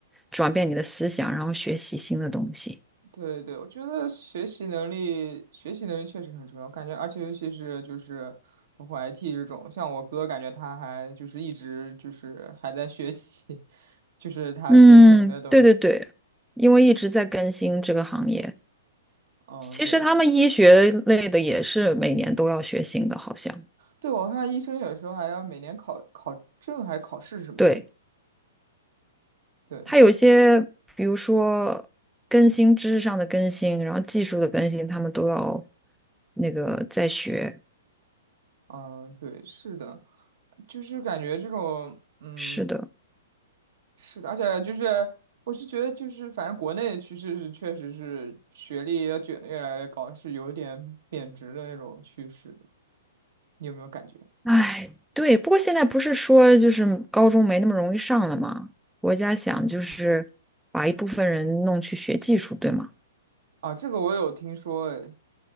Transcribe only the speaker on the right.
对对对我觉得学习能力，学习能力确实很重要，感觉，而且尤其是就是包括 IT 这种，像我哥，感觉他还就是一直就是还在学习，<laughs> 就是他编程的东西。
嗯，
对，
对，我看医生有时候还要每年考考证还是考试什么的。
对，
嗯，对，是的，就是感觉这种，嗯。
是的，而且就是我是觉得就是反正国内的趋势是确实是学历要卷的越来越高，是有点贬值的那种趋势的，你有没有感觉？
啊，这个我有听说诶，